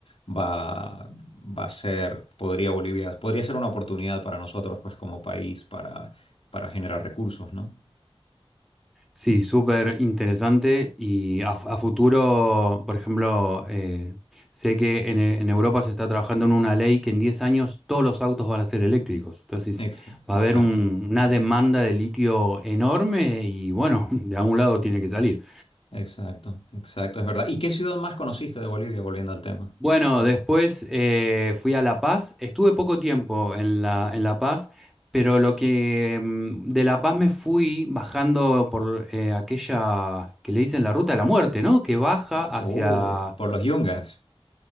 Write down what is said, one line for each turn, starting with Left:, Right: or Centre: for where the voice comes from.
Left: va, va a ser, podría Bolivia, podría ser una oportunidad para nosotros, pues como país, para, para generar recursos, ¿no?
Centre: Sí, súper interesante y a, a futuro, por ejemplo, eh, sé que en, e- en Europa se está trabajando en una ley que en 10 años todos los autos van a ser eléctricos. Entonces
Left: Ex-
Centre: va
Left: exacto,
Centre: a haber un- una demanda de litio enorme y bueno, <laughs> de algún lado tiene que salir.
Left: exacto, exacto, es verdad. ¿Y qué ciudad más conociste de Bolivia, volviendo al tema?
Centre: Bueno, después eh, fui a La Paz. Estuve poco tiempo en La, en La Paz, pero lo que mm, de La Paz me fui bajando por eh, aquella que le dicen la ruta de la muerte, ¿no? Que baja hacia
Left: Oh, por los Yungas.